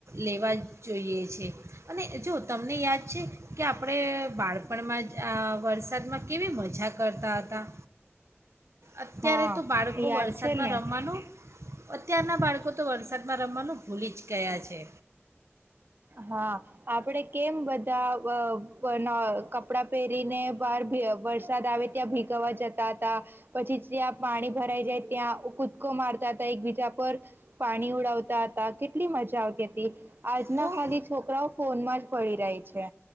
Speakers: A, on the right; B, on the right.
A: લેવા જોઈએ છે અને જો તમને યાદ છે કે આપણે બાળપણમાં આ વરસાદમાં કેવી મજા કરતા હતા! અત્યારે
B: હા,
A: તો બાળકો
B: યાદ
A: વરસાદમાં
B: છે ને?
A: રમવાનું અ ત્યારનાં બાળકો તો વરસાદમાં રમવાનું ભૂલી જ ગયા છે
B: હા આપડે કેમ બધા અહ-અહ ન કપડા પહેરીને બહાર ભી અહ વરસાદ આવે ત્યાં ભીગાવા જતા હતા, પછી જ્યાં પાણી ભરાઈ જાય ત્યાં કૂદકો મારતા તા એકબીજા પર, પાણી ઉડાવતા હતા કેટલી મજા આવ તી હતી. આજના
A: તો
B: ખાલી છોકરાઓ ફોનમાં જ પડી રહે છે.